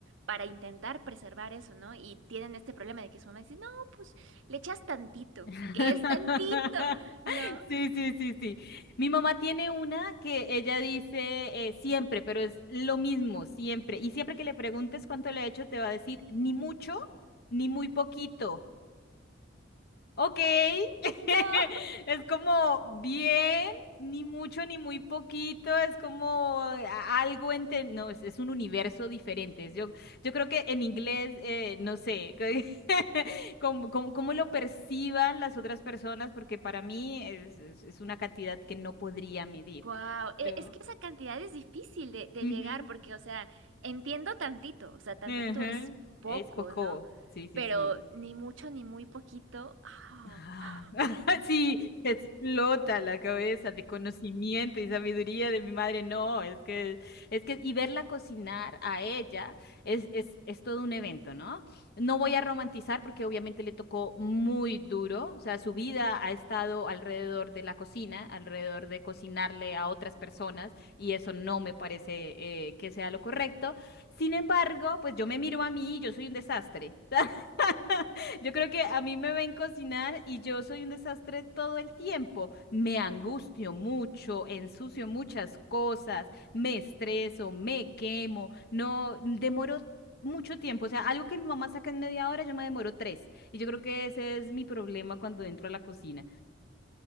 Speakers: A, on the right (about 75°); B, on the left (about 55°).
A: para intentar preservar eso, ¿no? Y tienen este problema de que su mamá dice, no, pues le echas tantito,
B: <laughs>
A: que es tantito, ¿no?
B: Sí, sí, sí, sí. Mi mamá tiene una que ella dice eh, siempre, pero es lo mismo, siempre. Y siempre que le preguntes cuánto le ha hecho, te va a decir ni mucho, ni muy poquito. Ok, <laughs>
A: No.
B: es como bien, ni mucho ni muy poquito, es como eh, a- algo entre, no, es, es un universo diferente. es- Yo, yo creo que en inglés, eh, no sé, <laughs> cómo, cómo- cómo lo perciban las otras personas, porque para mí es, es- es una cantidad que no podría medir.
A: Wow,
B: Pero,
A: es que esa cantidad es difícil de, de
B: Ujú,
A: llegar porque, o sea, entiendo tantito, o sea, tantito
B: ujú,
A: es poco,
B: Es poco,
A: ¿no?
B: sí, sí,
A: Pero
B: sí.
A: ni mucho ni muy poquito. ah.
B: Ah, <laughs> sí, te explota la cabeza de conocimiento y sabiduría de mi madre. No, es que, es que, y verla cocinar a ella es, es, es todo un evento, ¿no? No voy a romantizar porque obviamente le tocó muy duro, o sea, su vida ha estado alrededor de la cocina, alrededor de cocinarle a otras personas, y eso no me parece eh, que sea lo correcto. Sin embargo, pues yo me miro a mí y yo soy un desastre. <laughs> <laughs> Yo creo que a mí me ven cocinar y yo soy un desastre todo el tiempo. Me angustio mucho, ensucio muchas cosas, me estreso, me quemo, no demoro mucho tiempo. O sea, algo que mi mamá saca en media hora, yo me demoro tres. Y yo creo que ese es mi problema cuando entro a la cocina.